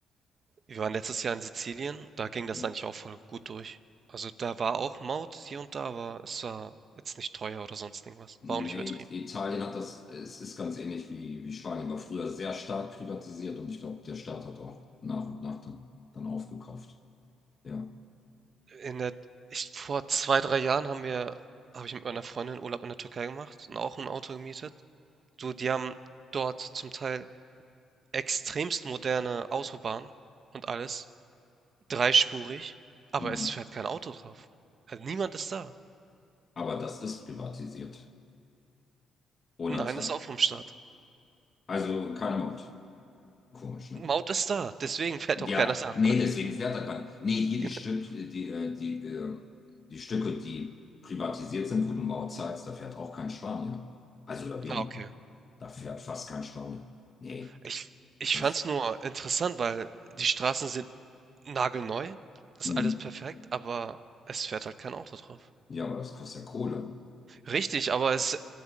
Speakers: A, on the right; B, on the left.
A: wir waren letztes Jahr in Sizilien, da ging das
B: ja.
A: eigentlich auch voll gut durch. Also da war auch Maut hier und da, aber es war jetzt nicht teuer oder sonst irgendwas.
B: Nee,
A: War auch nicht übertrieben.
B: Italien hat das, es ist ganz ähnlich wie, wie Spanien, war früher sehr stark privatisiert und ich glaube, der Staat hat auch nach und nach dann, dann aufgekauft. Ja.
A: In der ich vor 2 3 Jahren haben wir habe ich mit meiner Freundin Urlaub in der Türkei gemacht und auch ein Auto gemietet. Du, die haben dort zum Teil extremst moderne Autobahnen und alles, dreispurig, aber
B: Mhm.
A: es fährt kein Auto drauf. Äh, niemand ist da.
B: Aber das ist privatisiert. Oder
A: Nein,
B: zwar.
A: ist auch vom Staat.
B: Also kein Mord. Komisch, ne?
A: Maut ist da, deswegen fährt
B: Ja,
A: auch keiner da.
B: nee, deswegen fährt er kein. Nee, hier die
A: <laughs>
B: Stück, die, äh, die, äh, die Stücke, die privatisiert sind, wo du Maut zahlst, da fährt auch kein Spanier. Also oder weniger.
A: Ah, okay.
B: Da fährt fast kein Spanier. Nee,
A: Ich ich
B: das.
A: fand's nur interessant, weil die Straßen sind nagelneu, ist
B: Hm.
A: alles perfekt, aber es fährt halt kein Auto drauf.
B: Ja, aber das kostet ja Kohle.
A: Richtig, aber es